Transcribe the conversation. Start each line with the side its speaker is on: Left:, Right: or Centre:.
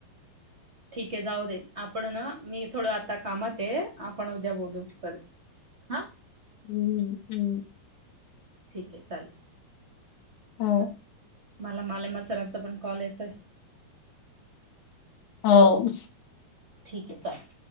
Right: ठीक हे जाऊ दे, आपण हे ना मी थोडं आता कामात हे, आपण उद्या बोलू परत. हा
Left: हूं हूं!
Right: ठीक हे चालेल.
Left: हो!
Right: माला मालेमा सरांचा पण कॉल येतोय.
Left: हो!
Right: ठीक हे चाल.